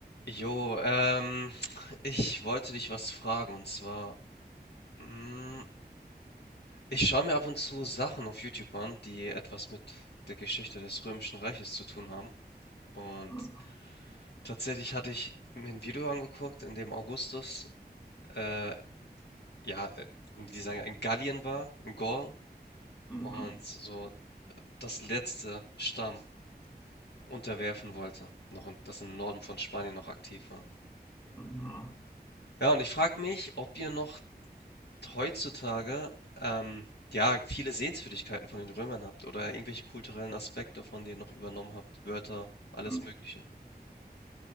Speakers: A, on the left; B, on the left.
A: Jo, ähm, ich wollte dich was fragen und zwar, mm, ich schaue mir ab und zu Sachen auf YouTube an, die etwas mit der Geschichte des Römischen Reiches zu tun haben. Und
B: Mhm,
A: tatsächlich hatte ich mir ein Video angeguckt, in dem Augustus, äh, ja, äh, die sagen, in Gallien war, in Gaul,
B: mhm,
A: und so das letzte Stamm unterwerfen wollte, noch in, das im Norden von Spanien noch aktiv war.
B: mhm,
A: Ja, und ich frage mich, ob ihr noch heutzutage, ähm, ja, viele Sehenswürdigkeiten von den Römern habt oder irgendwelche kulturellen Aspekte von denen noch übernommen habt, Wörter, alles
B: mhm.
A: Mögliche.